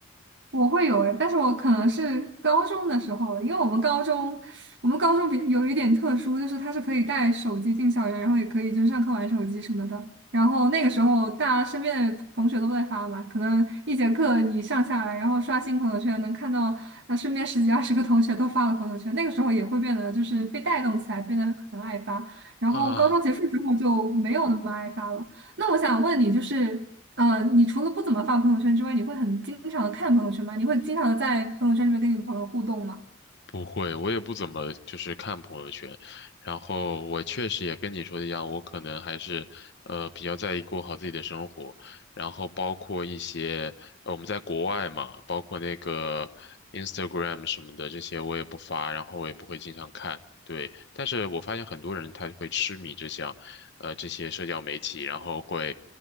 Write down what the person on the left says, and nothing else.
啊。
不会，我也不怎么就是看朋友圈，然后我确实也跟你说的一样，我可能还是呃比较在意过好自己的生活，然后包括一些呃我们在国外嘛，包括那个 Instagram 什么的这些我也不发，然后我也不会经常看，对，但是我发现很多人他会痴迷这项，呃这些社交媒体，然后会